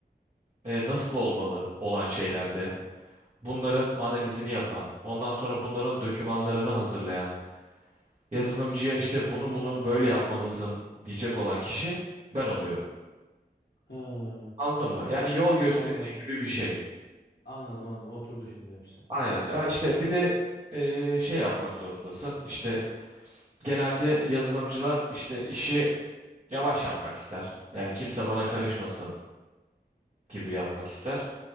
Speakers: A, on the right; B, on the left.
A: e, nasıl olmalı olan şeylerde, bunların analizini yapan, ondan sonra bunların dokümanlarını hazırlayan, yazılımcıya işte bunu bunu böyle yapmalısın diyecek olan kişi ben oluyorum.
B: Ha.
A: Anladın mı? Yani yol gösterici
B: Anladım.
A: gibi bir şey.
B: Anladım anladım. Oturdu şimdi hepsi.
A: Aynen. Ha işte bir de e, şey yapmak zorundasın. İşte genelde yazılımcılar işte işi yavaş yapmak ister. Yani kimse bana karışmasın gibi yapmak ister.